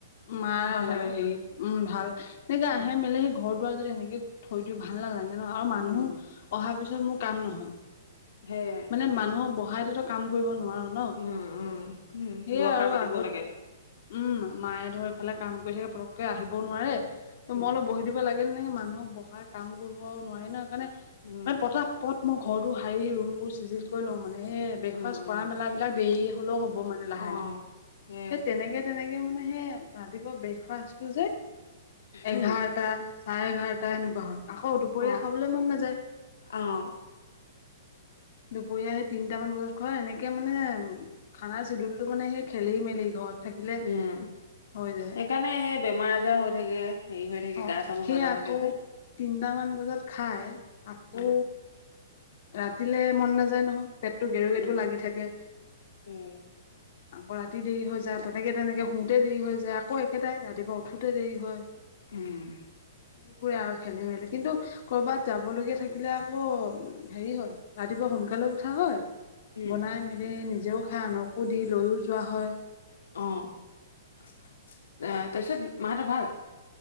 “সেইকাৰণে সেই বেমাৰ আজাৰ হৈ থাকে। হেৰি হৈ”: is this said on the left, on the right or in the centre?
Left